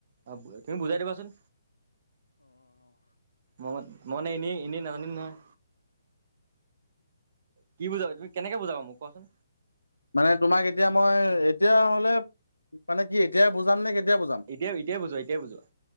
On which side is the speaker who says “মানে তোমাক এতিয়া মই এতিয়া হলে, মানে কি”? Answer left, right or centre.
Left